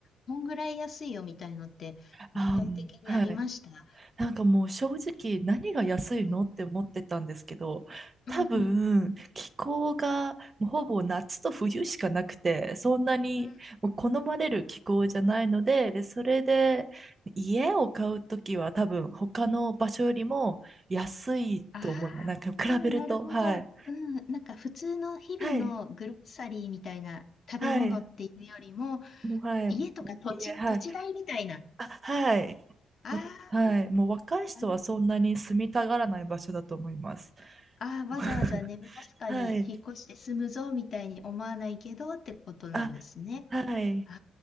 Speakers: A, on the left; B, on the right.
A: こんぐらい安いよみたいのって、
B: あ、
A: 具体的にありました
B: うん、はい。なんかもう正直何が安いのって思ってたんですけど、
A: うん、うん、
B: 多分気候がもうほぼ夏と冬しかなくて、
A: うん、
B: そんなにもう好まれる気候じゃないので、
A: うん。
B: で、それで家を買うときは多分他の場所よりも安いと思います。
A: あ
B: なんか比べると、
A: あ、なるほど。
B: はい。
A: うん、なんか普通の日々のグロッサリーみたいな食べ物っていうよりも、
B: はい。はい。もう、はい。
A: 家とか土地、
B: もう家、はい。
A: 土地代みたいな。
B: あ、はい。
A: ああ、
B: もうはい。もう若い人はそんなに住みたがらない場所だと思います。
A: なるああ、わざわざネブラスカに引っ越して住むぞみたいに思わないけどってことなんですね。
B: <laughs> はい。あ、はい。
A: あ